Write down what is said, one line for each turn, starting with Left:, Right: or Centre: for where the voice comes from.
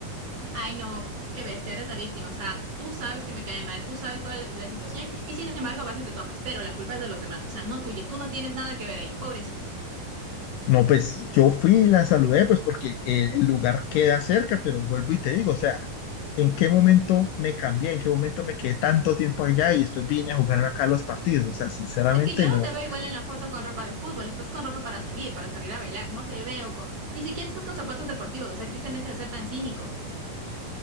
Right: Ay, no, qué bestia, eres la víctima, o sea, tú sabes que me cae mal, tú sabes toda la, la situación y sin embargo vas y te tomas, pero la culpa es de los demás, o sea, no tuya, tú no tienes nada que ver ahí, pobrecito.
Left: No, pues yo fui y la saludé, pues porque eh, el lugar queda cerca, pero vuelvo y te digo, o sea, ¿en qué momento me cambié? ¿En qué momento me quedé tanto tiempo allá y después vine a jugar acá los partidos? O sea, sinceramente
Right: Es que yo no
Left: no.
Right: te veo igual en la foto con ropa de fútbol, estás con ropa para salir, para salir a bailar, no te veo con, ni siquiera estás con zapatos deportivos, o sea, Cristian, deja de ser tan cínico.